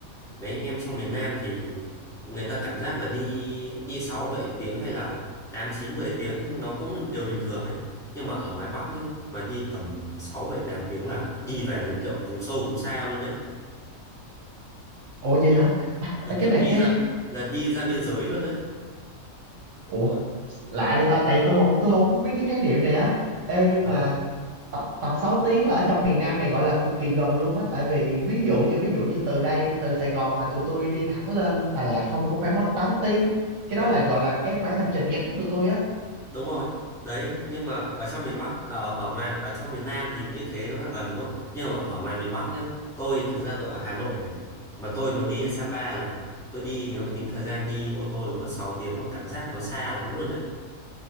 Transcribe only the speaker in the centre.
Mấy anh em trong miền Nam thì người ta cảm giác là đi đi 6 7 tiếng hay là 8 9 10 tiếng nó cũng là điều bình thường ấy. Nhưng mà ở ngoài Bắc nhá, mà đi tầm 6 7 8 tiếng là đi về đến kiểu vùng sâu vùng xa luôn đấy.
Là
kiểu
đi
ra là đi ra biên giới luôn đấy.
Đấy,
rồi
đấy.
Đúng
rồi.
đúng rồi đấy nhưng mà ở trong miền Bắc ở ở ngoài ở trong miền Nam thì như thế nó là gần đúng không nhưng mà ở ngoài miền Bắc nhá tôi thực ra tôi ở Hà Nội này mà tôi muốn đi đến Sapa là tôi đi nếu mà tính thời gian đi ô tô là mất 6 tiếng mà cảm giác nó xa lắm luôn đấy